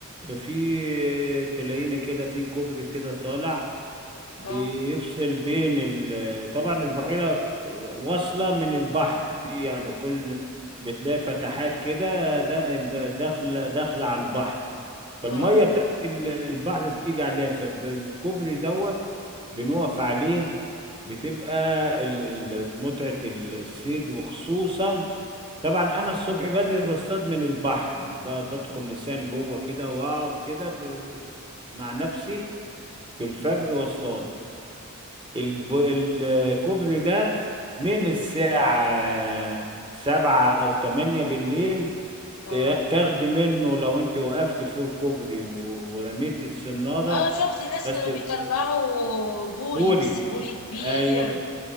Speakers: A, on the right; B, on the left.
A: ففي تلاقينا كده في كوبري كده طالع بيفصل
B: اه
A: بين ال... طبعا البحيرة واصلة من البحر في يعني كل بتلاقي فتحات كده ده الب- داخلة داخلة على البحر فالمية
B: اه
A: بتاعت ال- البحر بتيجي عليها فالكوبري دوت بنقف عليه بتبقى ال- ال- متعة الصيد وخصوصا طبعا انا الصبح بدري بصطاد من البحر ب- بدخل لسان جوه كده واقعد كده ب- مع نفسي في الفجر واصطاد الب- الكوبري ده من الساعة سبعة أو تمانية بالليل
B: اه
A: ت- تاخدي منه لو أنت وقفت فوق الكوبري و- ورميت السنارة
B: اه شفت ناس
A: بس
B: كانوا بيطلعوا بوري
A: بوري
B: بس بوري كبير
A: أيوه